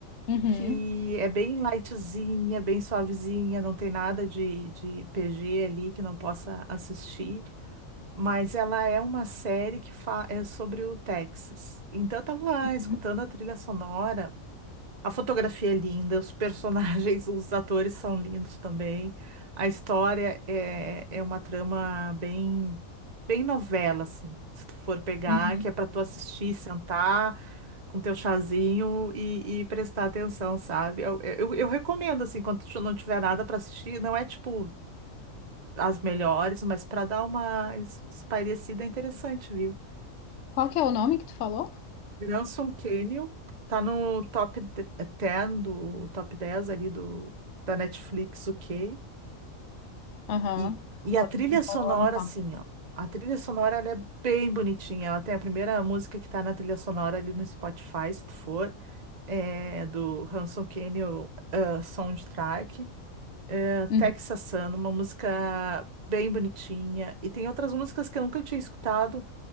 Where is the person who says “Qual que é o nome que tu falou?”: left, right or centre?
Left